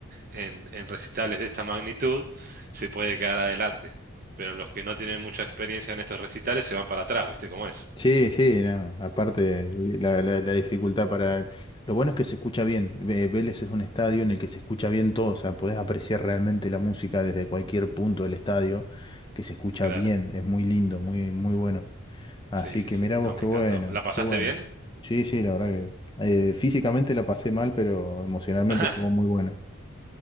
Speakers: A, on the right; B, on the left.
A: en, en recitales de esta magnitud se puede quedar adelante. Pero los que no tienen mucha experiencia en estos recitales se van para atrás, ¿viste cómo es?
B: Sí, sí, no. Aparte, eh, la, la, la dificultad para... Lo bueno es que se escucha bien. Ve- Vélez es un estadio en el que se escucha bien todo. O sea, podés apreciar realmente la música desde cualquier punto del estadio, que se escucha
A: Claro.
B: bien. Es muy lindo, muy, muy bueno. Así
A: Sí, sí,
B: que
A: sí.
B: mirá
A: No,
B: vos,
A: me
B: qué
A: encantó.
B: bueno,
A: ¿La pasaste
B: qué bueno.
A: bien?
B: Sí, sí, la verdad que... eh, físicamente la pasé mal, pero emocionalmente
A: <laughs>
B: estuvo muy bueno.